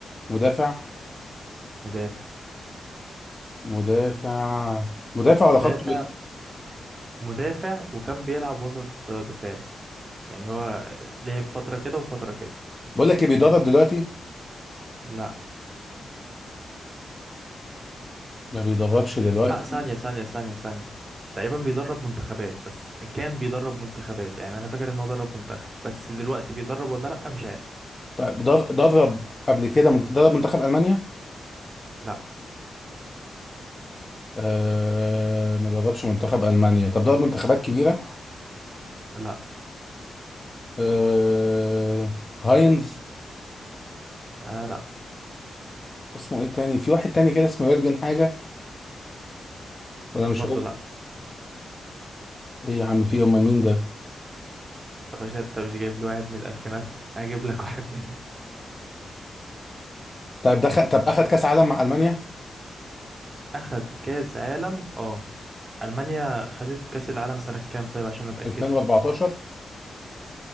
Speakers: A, on the left; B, on the right.
A: مدافع
B: مدافع
A: مدافع مدافع
B: مدافع
A: ولا خط وسط؟
B: مدافع وكان بيلعب وسط دفاع يعني هو لعب فترة كده وفترة كده
A: بقول لك ايه بيدرب دلوقتي
B: لا
A: ما بيدربش دلوقتي
B: لا ثانية ثانية ثانية ثانية تقريبا بيدرب منتخبات بس كان بيدرب منتخبات يعني انا فاكر ان هو درب منتخب بس دلوقتي بيدرب ولا لا مش عارف
A: طيب در- درب قبل كده منت- درب منتخب المانيا
B: لا
A: آه ما دربش منتخب المانيا طب درب منتخبات كبيره
B: لا
A: آه هاينز
B: آه لا
A: اسمه ايه تاني في واحد تاني كده اسمه يورجن حاجه ولا مش
B: برضه
A: هو
B: لا
A: ايه يا عم في إيه؟ امال مين ده
B: يا باشا انت مش جايب لي واحد من الالفينات هجيب لك واحد من <laughs>
A: طيب دخل طب اخد كاس عالم مع المانيا
B: اخد كاس عالم اه المانيا خدت كاس العالم سنة كام طيب عشان اتاكد
A: 2014